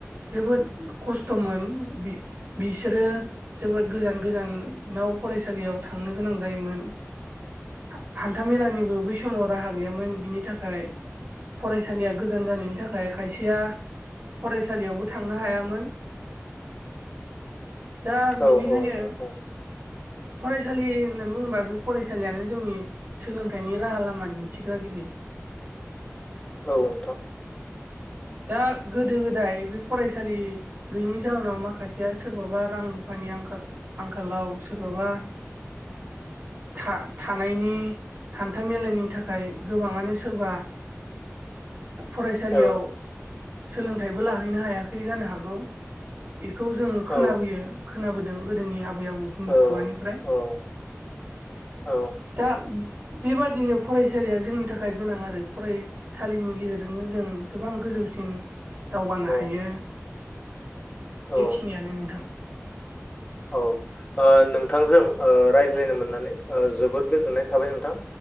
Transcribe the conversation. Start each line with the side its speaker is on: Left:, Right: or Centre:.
Right: जोबोद खस्थ'मोन बि बिसोरो जोबोद गोजान गोजानाव फरायसालियाव थांनो गोनां जायोमोन हा हान्थाामेलानिबो बै समाव राहा गैयामोन बिनि थाखाय फरायसालिया गोजान जानायनि थाखाय खायसेया फरायसालियावबो थांनो हायामोन
Left: <unintelligible>
Right: दा बिनिखायनो
Left: औ औ नोंथां औ
Right: फरायसालि होननानै बुङोबा बे फरायसालियानो जोंनि सोलोंथाइनि राहा लामा दिन्थिग्रा गिरि
Left: औ नोंथां
Right: दा गोदो गोदाय बे फरायसालि गैयैनि जाहोनाव माखासेया सोरबाबा रां रुफानि नि आंखाल आंखालाव सोरबाबा था थानायनि हान्था मलाायनि थाखाय गोबाङानो सोरबा
Left: <unintelligible>
Right: फ फरायसालियाव
Left: औ
Right: सोलोंथाइबो लाहैनो हायाखै जानो हागौ बेखौ जों खोनाबोयो
Left: औ
Right: खोनाबोदों गोदोनि आबै आबौनि
Left: औ
Right: खुगानिफ्राय
Left: औ औ
Right: <unintelligible> बेबादिनो फरायसालिया जोंनि थाखाय गोनां आरो फरायसालिनि गेजेरजोंनो जों गोबां गोजौसिम दावगानो हायो
Left: औ औ
Right: बेखिनियानो नोंथां
Left: औ नोंथांजों रायज्लायनो मोननानै जोबोद गोजोननाय थाबाय नोंथां